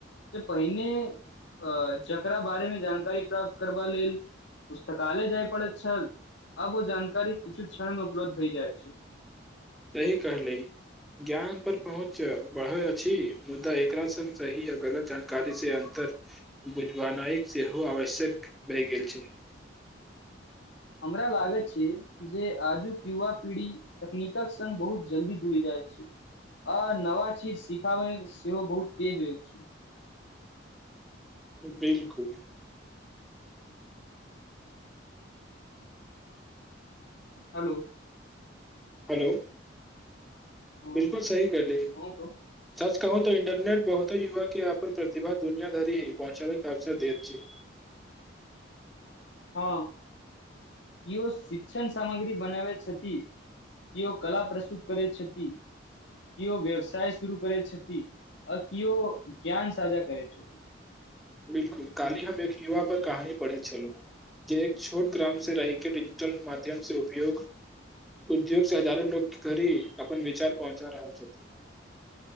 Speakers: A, on the left; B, in the centre.
A: जे पहिने अ जकरा बारे मे जानकारी प्राप्त करबा लेल पुस्तकालय जाय पड़ैत छल आब ओ जानकारी किछु क्षण मे उपलब्ध भय जाइत छै।
B: सही कहली ज्ञान पर पहुँच बढ़ल अछि मुद्दा एकरा सङ्ग सही आ गलत जानकारी से अन्तर बुझवानइ सेहो आवश्यक भहि गेल छै।
A: हमरा लागैत छै जे आजुक युवा पीढ़ी तकनीकक संगङ्ग बहुत जल्दी जुड़ि जाइत छै आ नवा चीज सिखाबयमे सेहो बहुत तेज होइ छै।
B: बिलकुल।
A: हेलो।
B: हेलो।
A: हँ
B: बिलकुल सही करली
A: कहू कहू।
B: सच कहू तऽ इंटरनेट बहुते युवा के यहप पर प्रतिभा दुनिया धरि पहुँचे के अवसर देैत छै।
A: हँ केओ शिक्षण सामग्री बनाबै छथि केओ कला प्रस्तुत करै छथि केओ व्यवसाय शुरू करै छथि आ किओ ज्ञान साझा करै छथि।
B: बिलकुल काली हम एक युवा पर कहानी पढ़ैत छलहुँ जे एक छोट ग्राम से रहिके डिजिटल माध्यम से उपयोग उद्योग से हजारू लोक घी अपन विचार पहुँचा रहल छथिन।